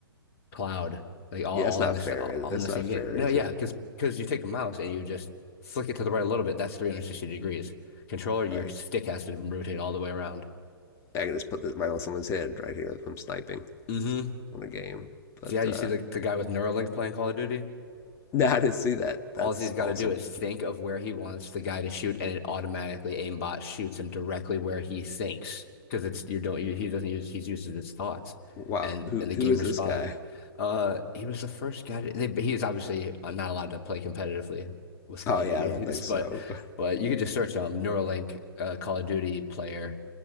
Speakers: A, on the left; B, on the left.
A: cloud, like all
B: Yeah,
A: all
B: that's not
A: on this
B: fair.
A: all on
B: That's
A: the same
B: not
A: game.
B: fair,
A: No,
B: is
A: yeah,
B: it?
A: because because you take a mouse and you just flick it to the right a little bit. That's 360 degrees. Controller, your
B: Right.
A: stick has to rotate all the way around.
B: I can just put this right on someone's head right here if I'm sniping
A: hmm
B: on a game. But
A: Yeah, you
B: uh,
A: see the the guy with Neuralink playing Call of Duty.
B: <laughs> no, I didn't see that. That's
A: All he's got
B: awesome.
A: to do is think of where he wants the guy to shoot, and it automatically aimbot shoots him directly where he thinks because it's you don't you, he doesn't use he uses his thoughts,
B: Wow,
A: and
B: who
A: and the
B: who
A: game
B: is
A: responds.
B: this guy?
A: Uh, he was the first guy to, they, he is obviously uh, not allowed to play competitively with Call
B: Oh
A: of
B: yeah,
A: Duty,
B: I don't think
A: <laughs>
B: so.
A: but
B: <laughs>
A: but you could just search um Neuralink uh, Call of Duty player,